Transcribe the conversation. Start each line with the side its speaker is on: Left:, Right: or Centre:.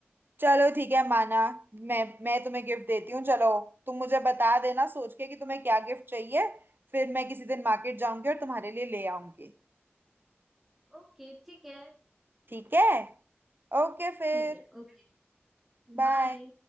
Right: चलो ठीक है माना मैं मैं तुम्हें गिफ्ट देती हूँ चलो तुम मुझे बता देना सोच के कि तुम्हें क्या गिफ्ट चाहिए फिर मैं किसी दिन मार्केट जाऊंगी और तुम्हारे लिए ले आऊंगी
Centre: ओके ठीक है
Right: ठीक है ओके फिर
Centre: ठीक है ओके
Right: बाय
Centre: बाय